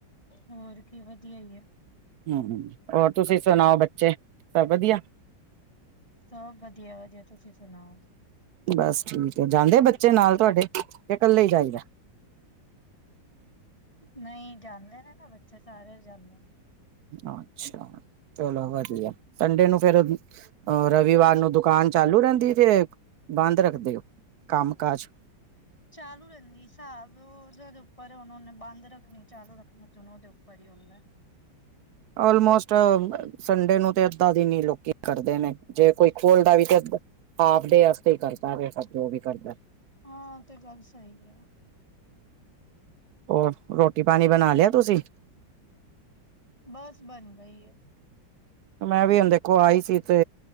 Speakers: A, on the left; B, on the right.
A: ਹੋਰ ਕੀ ਵਧੀਆ ਇਹੇ।
B: ਹਮ ਹੋਰ ਤੁਸੀਂ ਸੁਣਾਓ ਬੱਚੇ ਸਭ ਵਧੀਆ
A: ਸਭ ਵਧੀਆ -ਵਧੀਆ ਤੁਸੀਂ ਸੁਣਾਓ?
B: ਬਸ ਠੀਕ ਹੈ। ਜਾਂਦੇ ਬੱਚੇ ਨਾਲ ਤੁਹਾਡੇ, ਕੇ ਕੱਲੇ ਹੀ ਜਾਈਦਾ।
A: ਨਹੀਂ, ਜਾਂਦੇ ਨੇ ਨਾ ਬੱਚੇ ਸਾਰੇ ਜਾਂਦੇ ਨੇ।
B: ਅੱਛਾ। ਚਲੋ ਵਧੀਆ। ਸੰਡੇ ਨੂੰ ਫੇਰ ਅ ਰਵੀਵਾਰ ਨੂੰ ਦੁਕਾਨ ਚਾਲੂ ਰਹਿੰਦੀ ਏ। ਤੇ ਬੰਦ ਰੱਖਦੇ ਹੋ। ਕੰਮ -ਕਾਜ
A: ਚਾਲੂ ਰਹਿੰਦੀ ਹਿਸਾਬ ਉਹ ਓਨਾ ਦੇ ਉੱਪਰ ਏ, ਹੁਣ ਓਨੇ ਬੰਦ ਰੱਖਨੀ, ਚਾਲੂ ਰੱਖਨੀ ਏ ਚਲੋ ਓਹਦੇ ਉੱਪਰ ਹਿਏ। ਕਿ ਹੋਂਦਾ।
B: ਆਲਮੋਸਟ ਸੰਡੇ ਨੂੰ ਤੇ ਅੱਧਾ ਦਿਨ ਈ ਲੋਕੀ ਕਰਦੇ ਨੇ ਜੇ ਕੋਈ ਬੋਲ ਦਾ ਵੀ <unintelligible> ਹਾਫ ਡੇ ਆਸਤੇ ਈ ਕਰਦਾ ਵੇਦਾ ਜੋ ਵੀ ਕਰਦਾ।
A: ਹਾਂ ਤੇ ਗੱਲ ਸਈ ਏ ਨਾ।
B: ਹੋਰ ਰੋਟੀ-ਪਾਣੀ ਬਣਾ ਲਿਆ ਤੁਸੀਂ।
A: ਬਸ ਬਣ ਗਈ ਏ।
B: ਮੈਂ ਵੀ ਹੁਣ ਦੇਖੋ ਆਈ ਸੀ ਤੇ